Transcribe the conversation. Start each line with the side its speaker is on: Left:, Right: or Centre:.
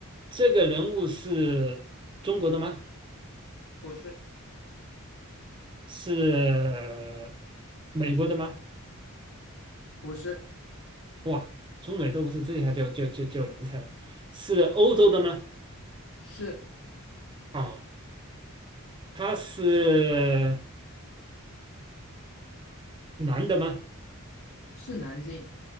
Right: 这个人物是中国的吗？
Left: 不是，
Right: 是美国的吗？
Left: 不是，
Right: 哇，中美都不是，这下就就就就难猜了。是欧洲的吗？
Left: 是
Right: 哦，他是男的吗？
Left: 是男性，